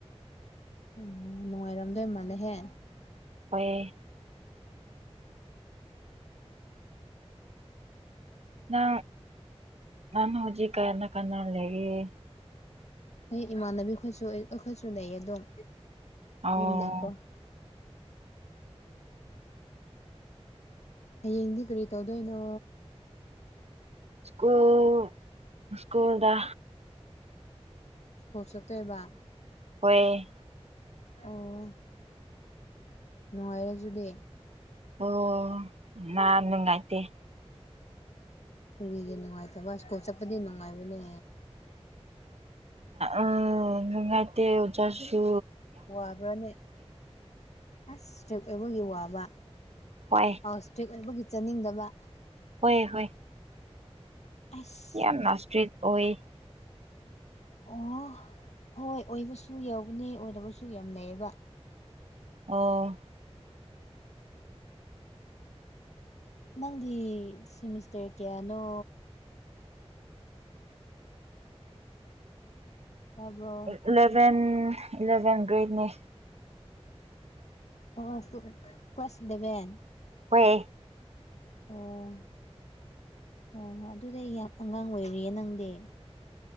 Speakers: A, on the left (about 90°); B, on the right (about 75°).
A: ꯎꯝ ꯅꯨꯡꯉꯥꯏꯔꯝꯗꯣꯏ ꯃꯥꯜꯂꯦꯍꯦ
B: ꯍꯣꯏ ꯅ ꯅꯪ ꯍꯧꯖꯤꯛ ꯀꯔꯅ ꯀꯅꯥ ꯂꯩꯔꯤꯌꯦ
A: ꯑꯩ ꯏꯃꯥꯟꯅꯕꯤ ꯈꯤꯏꯁꯨ ꯑꯩꯈꯣꯏꯁꯨ ꯂꯩꯌꯦ ꯑꯗꯨꯝ
B: ꯑꯣ
A: ꯌꯨꯝꯗꯀꯣ ꯍꯌꯦꯡꯗꯤ ꯀꯔꯤ ꯇꯧꯗꯣꯏꯅꯣ
B: ꯀꯨꯜ ꯁ꯭ꯀꯨꯜꯗ
A: ꯀꯨꯜ ꯆꯠꯊꯣꯏꯕꯥ
B: ꯍꯣꯏ
A: ꯑꯣ ꯅꯨꯡꯉꯥꯏꯔꯦꯖꯨꯗꯤ
B: ꯑꯣ ꯃꯥ ꯅꯨꯉꯥꯏꯇꯦ
A: ꯀꯔꯤꯒꯤ ꯅꯨꯡꯉꯥꯏꯇꯕ ꯁ꯭ꯀꯨꯜ ꯆꯠꯄꯗꯤ ꯅꯨꯡꯉꯥꯏꯕꯅꯦ
B: ꯎ ꯅꯨꯡꯉꯥꯏꯇ ꯑꯣꯖꯁꯨ
A: ꯋꯥꯕ꯭ꯔꯥꯅꯦ ꯑꯁ ꯏꯁꯇ꯭ꯔꯤꯛ ꯑꯣꯏꯕꯒꯤ ꯋꯥꯕ
B: ꯑꯥ
A: ꯑ ꯏꯁꯇ꯭ꯔꯤꯛ ꯑꯣꯏꯕꯒꯤ ꯆꯥꯅꯤꯡꯗꯕ
B: ꯍꯣꯏ ꯍꯣꯏ
A: ꯑꯁ
B: ꯌꯥꯝꯅꯥ ꯏꯁꯇ꯭ꯔꯤꯛ ꯑꯣꯏ
A: ꯑꯣ ꯍꯣꯏ ꯑꯣꯏꯕꯁꯨ ꯌꯥꯎꯕꯅꯦ ꯑꯣꯏꯗꯕꯁꯨ ꯌꯥꯝ ꯂꯩꯩꯌꯦꯕ
B: ꯑꯣ
A: ꯅꯪꯗꯤ ꯁꯤꯃꯤꯁꯇꯔ ꯀꯌꯥꯅꯣ ꯇꯥꯕ꯭ꯔꯣ
B: ꯏꯂꯚꯦꯟ ꯏꯂꯚꯦꯟ ꯒ꯭ꯔꯦꯗꯅꯦ
A: ꯑꯣ ꯀ꯭ꯂ ꯀ꯭ꯂꯥꯁ ꯏꯂꯚꯦꯟ
B: ꯍꯋꯦ
A: ꯑꯣ ꯑꯣ ꯍꯣꯏ ꯑꯗꯨꯗꯤꯩ ꯌꯥꯝ ꯑꯉꯥꯡ ꯑꯣꯏꯔꯤꯌꯦ ꯅꯪꯗꯤ